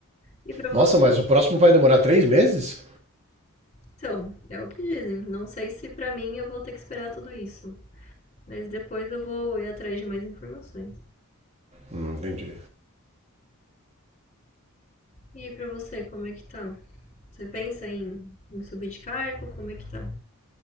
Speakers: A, on the left; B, on the right.
A: E para você
B: Nossa, mas o próximo vai demorar três meses?
A: Então, é o que dizem. Não sei se pra mim eu vou ter que esperar tudo isso. Mas depois eu vou ir atrás de mais informações.
B: Hum, entendi.
A: E pra você, como é que tá? Você pensa em, em subir de cargo? Como é que tá?